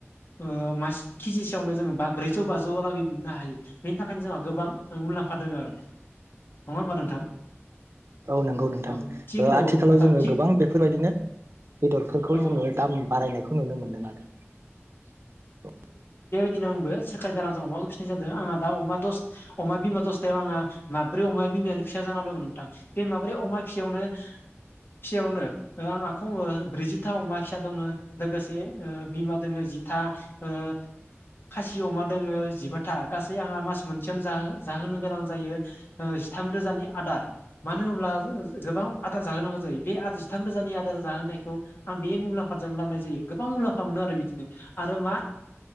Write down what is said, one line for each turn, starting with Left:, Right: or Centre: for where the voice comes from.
Left: ओ मास केजिसेयावनो जोङो बा ब्रैजौ बाजौ लागै मोननो हायो । बेनि थाखायनो जोंहा गोबां मुलाम्फा दोङो आरो । नङा होनबा नोंथां?
Right: औ नंगौ नोंथां
Left: औ थिग
Right: ओ आथिखालाव
Left: औ नोंथां
Right: जोङो
Left: थिग
Right: गोबां बेफोरबायदिनो बेदरफोरखौ
Left: औ
Right: जोङो
Left: औ नोंथां
Right: दाम बारायनायखौ नुनो मोनदों आरो
Left: दिन आंबो सोरखारि दाना जों अमाखौ फिसिनाय जादों। आंहा दा अमा दस अमा बिमा दसथायाव आंहा माब्रै अमा बिमायानो फिसा जाना दं नोंथां। बे माब्रै अमा फिसायावनो फिसायावनो आङा खमै ब्रैजिथा अमा फिसा दङो लोगोसे ओ बिमा दोङो जिथा। ओ खासि अमा दोङो जिबाथा । गासै आंहा मास मोनसेयावनो जाहो जाहोनो गोनां जायो ओ जिथाम रोजानि आदार मानो होनब्ला <unintelligible> गोबां आदार जाहोनांगौ जायो। बे आद जिथाम रोजानि आदार जाहोनायखौ आं बे मुलाम्फाजों लाबनाय जायो। गोबां मुलाम्फा मोनो आरो बिदिनो आरो मा?